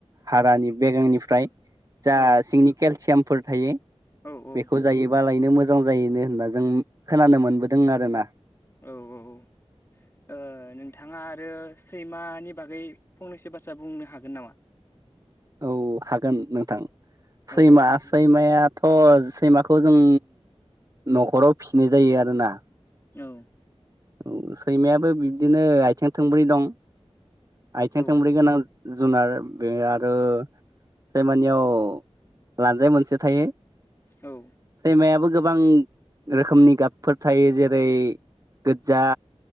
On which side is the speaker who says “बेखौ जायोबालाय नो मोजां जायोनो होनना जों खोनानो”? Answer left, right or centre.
Right